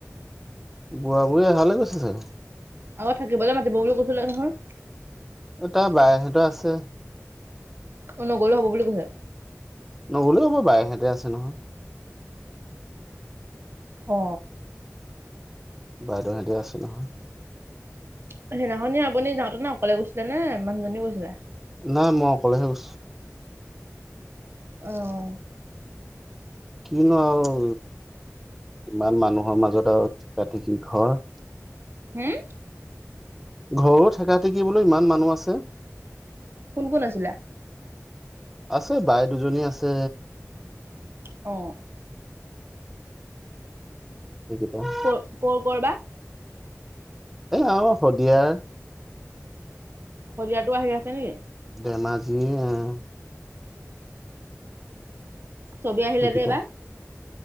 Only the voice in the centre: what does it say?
বুঢ়া-বুঢ়ী হালেই গৈছে চাগে।
এ তাৰ বায়েক সতৰ আছে।
নগলেও হ'ব, বায়েক হেতে আছে নহয়।
বাইদেউ হেতে আছে নহয়।
নাই মই অকলেহে গৈছোঁ।
কিনো আৰু ইমান মানুহৰ মাজত আৰু ৰাতি কি ঘৰ
ঘৰো ঠেকা-ঠেকি বোলো ইমান মানুহ আছে।
আছে বাই দুজনী আছে
সেইকেইটা <inaudible>
এ, আৰু শদিয়াৰ।
ধেমাজিৰ আহ
সেইকেইটা